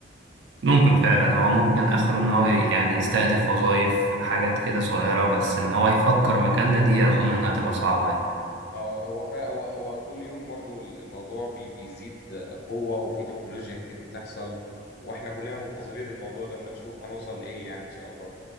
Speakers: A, on the right; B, on the left.
A: ممكن فعلا هو ممكن اخره ان هو يعني يستهدف وظائف حاجات كده صغيرة بس ان هو يفكر مكاننا دي اظن انها تبقى صعبة يعني
B: اه هو فا هو هو كل يوم برضو الموضوع بي بيزيد قوه وفي تكنولوجيا كتير بتحصل واحنا كلنا منتظرين الموضوع ده اما نشوف هنوصل لايه يعني ان شاء الله